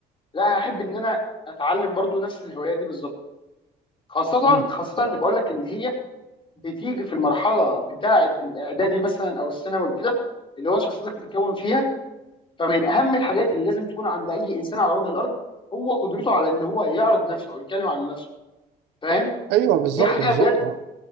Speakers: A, on the left; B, on the right.
A: لا هحب ان انا اتعلم برضو نفس الهوايه دي بالظبط خاصه
B: امم
A: خاصه اللي بقول لك ان هي بتيجي في المرحله بتاعه الاعدادي مثلا او الثانوي وكده اللي هو شخصيتك بتتكون فيها فمن اهم الحاجات اللي لازم تكون عند اي انسان على وجه الارض هو قدرته على ان هو يعرض نفسه او يتكلم عن نفسه فاهم
B: ايوه بالظبط
A: دي حاجه
B: بالظبط
A: بجد
B: اه